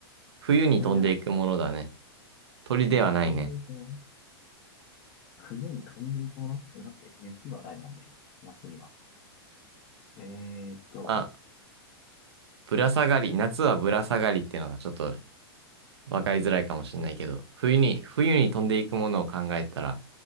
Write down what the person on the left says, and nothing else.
鳥じゃない。
冬に飛んでいくもの冬に飛んでいくものえ、待って、雪はないもんね。夏には。えーっと、